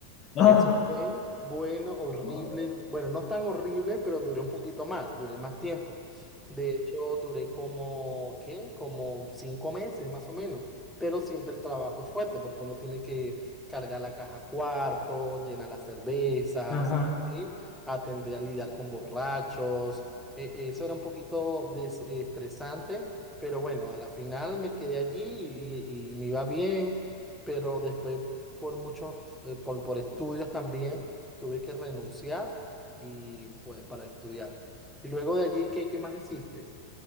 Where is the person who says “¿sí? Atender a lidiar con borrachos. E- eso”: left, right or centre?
Centre